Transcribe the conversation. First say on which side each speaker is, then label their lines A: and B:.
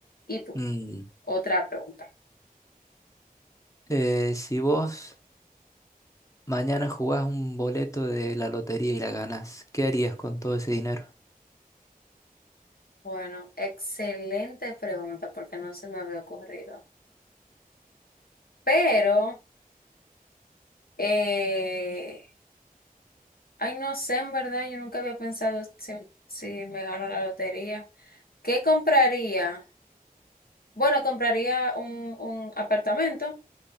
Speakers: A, on the left; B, on the left.
A: ¿Y tú?
B: Mm,
A: Otra pregunta.
B: eh, si vos mañana jugás un boleto de la lotería y la ganás, ¿qué harías con todo ese dinero?
A: Bueno, excelente pregunta porque no se me había ocurrido. Pero... Eh, ay, no sé, en verdad, yo nunca había pensado si, si me gano la lotería. ¿Qué compraría? Bueno, compraría un, un apartamento,